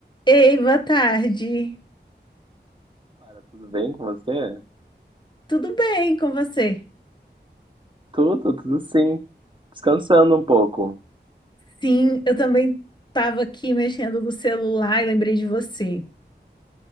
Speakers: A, on the left; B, on the right.
A: Ei, boa tarde.
B: Para, tudo bem com você?
A: Tudo bem com você?
B: Tudo, tudo sim. Descansando um pouco.
A: Sim, eu também estava aqui mexendo no celular e lembrei de você.